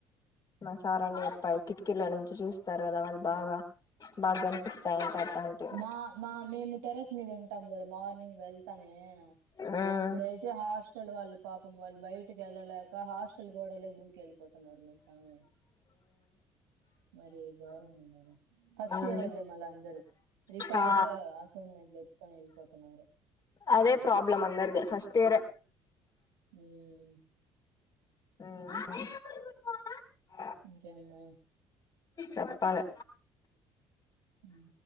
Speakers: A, on the left; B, on the right.
A: మా సార్ అని <unintelligible> కిటికీలో నుంచి చూస్తారు కదా వాళ్ళు బాగా బాగా కనిపిస్తాయంట అట్లాంటివి
B: మా మా మేము టెరస్ మీద ఉంటాం కదా మార్నింగ్ వెళ్తానే
A: మ్మ్
B: అప్పుడైతే హాస్ <unintelligible> పాపం వాళ్ళు బయటికి ఎళ్ళలేక హాస్టల్ గోడలే దూకి ఎళ్ళిపోతున్నారు మై సామి మరి గోరంగా ఉన్నారా ఫస్ట్
A: మ్మ్
B: <unintelligible> ఇయర్స్ వల్లే మళ్ళ అందరు రికార్డులు
A: ఆ
B: అసైన్మెంట్లు ఎత్తుకొని వెళ్ళిపోతున్నారు
A: అదే ప్రాబ్లం అందరిది ఫస్ట్ ఇయరే
B: మ్మ్
A: మ్
B: ఇంకేమున్నాయి
A: చెప్పాలే
B: ఉ